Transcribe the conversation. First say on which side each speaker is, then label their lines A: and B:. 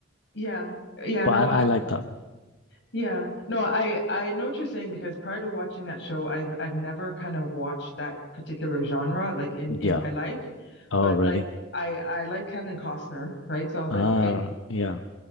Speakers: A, on the left; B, on the left.
A: Yeah. Yeah,
B: but
A: no, I,
B: I, I like that.
A: yeah. No, I I know what you're saying because prior to watching that show, I've I've never kind of watched that particular genre like in
B: Yeah.
A: in my life.
B: Oh,
A: But
B: really?
A: like I I like Kevin Costner, right? So I was
B: Ah,
A: like, okay.
B: yeah.